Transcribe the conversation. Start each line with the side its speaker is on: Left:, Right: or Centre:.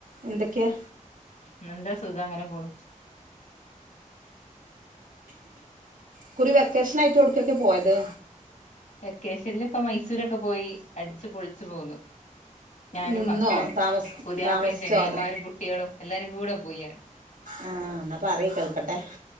Right: എന്തൊക്കെയ
Left: നെന്താ സുഖ അങ്ങനെ കോള
Right: ക്കുറി വെക്കേഷനായിട്ട് എവിടക്കൊക്കെയാ പോയത്?
Left: വെക്കേഷന്ലിപ്പ മൈസൂരൊക്കെ പോയി. അടിച്ചു പൊളിച്ചു പോന്നു. ഞാനും
Right: നിന്നോ
Left: മക്കളും
Right: താമസ
Left: പുതിയാപ്ലേം
Right: താമസിച്ചോ
Left: ചെങ്ങയിമാരും
Right: അതോ
Left: കുട്ടികളും എല്ലാരും കൂടെ പോയ്യാങ്ട്.
Right: ആഹ് എന്നാ പറയ് കേൾക്കട്ടെ